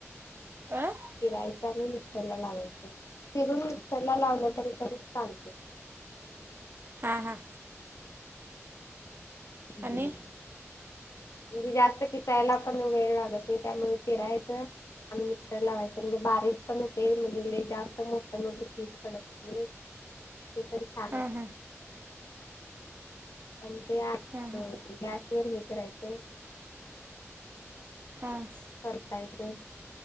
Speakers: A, on the right; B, on the left.
A: अ
B: चिरायचं मं चिरांयाला लावायचं चिरूंन मिक्सरला लावलं तरी तरी चालते
A: हां हां
B: हम्मं
A: आणि
B: म्हणजे जास्तं किसांयला पणं वेळं लागतो त्यामुळें चिरायचं आणि मिक्सर लावांयच म्हणजे बारीक पणं होते म्हणजे जास्तं मोठे मोठे कीस पडतं ते पणं छाणं
A: हा हा
B: आणि ते आंत
A: हा हा
B: गॅस वरं हे करायचं
A: हांस
B: परतायचं